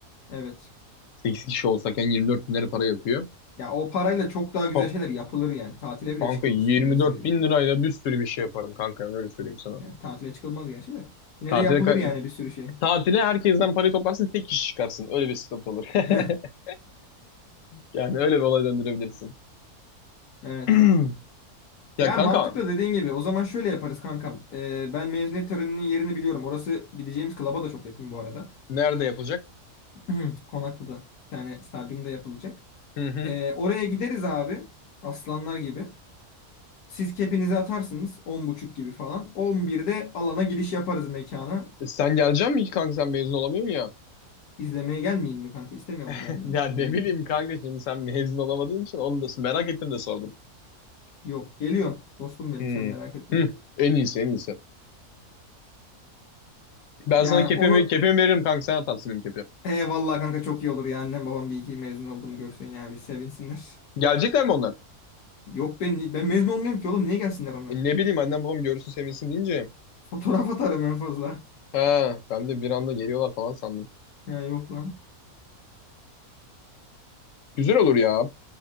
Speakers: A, on the left (about 90°); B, on the left (about 65°).
A: Evet.
B: 8 kişi olsak yani 24 bin lira para yapıyor.
A: Ya o parayla çok daha güzel
B: Çok.
A: şeyler yapılır yani. Tatile bile
B: Kanka
A: çıkılır.
B: 24
A: Öyle söyleyeyim.
B: bin lirayla bir sürü bir şey yaparım kanka. yani Öyle söyleyeyim sana.
A: Yani tatile çıkılmaz gerçi de. Yine
B: Tatile,
A: de yapılır
B: ka-
A: yani bir sürü şey.
B: tatile herkesten parayı toplarsın tek kişi çıkarsın. Öyle bir sıkıntı olur. <laughs>
A: <laughs>
B: Yani öyle bir olay döndürebilirsin.
A: Evet.
B: <clears throat> Ya
A: Ya
B: kanka
A: mantıklı dediğin gibi. O zaman şöyle yaparız kankam. Ee, ben mezuniyet töreninin yerini biliyorum. Orası gideceğimiz klaba da çok yakın bu arada.
B: nerede yapılacak?
A: <clears throat> Konaklı'da. Bir tane stadyumda yapılacak.
B: Hı hı.
A: Ee, oraya gideriz abi. Aslanlar gibi. Siz kepinizi atarsınız on buçuk gibi falan. On birde alana giriş yaparız mekana.
B: E Sen geleceksin mi ki kanka sen mezun olamıyorsun ya.
A: İzlemeye gelmeyeyim mi kanka? İstemiyor
B: <laughs>
A: mu gelmemi?
B: Ya ne
A: Gelmemi.
B: bileyim kanka şimdi sen mezun olamadığın için onu da merak ettim de sordum.
A: Yok geliyorum. Dostum benim
B: Hı.
A: sen merak etme.
B: Hı. En iyisi en iyisi. Ben
A: Yani
B: sana kepimi,
A: onu
B: kepimi veririm kanka sen atarsın benim kepi.
A: he vallahi kanka çok iyi olur ya. Annem babam bir iki mezun olduğumu görsün ya. Bir sevinsinler.
B: <laughs> Gelecekler mi onlar?
A: <laughs> Yok ben ben mezun olmuyorum ki oğlum. Niye gelsinler onlar?
B: E ne bileyim annem babam görürsün sevinsin deyince.
A: Fotoğraf atarım en fazla.
B: Ha, ben de bir anda geliyorlar falan sandım.
A: Ya yok lan.
B: Güzel olur ya.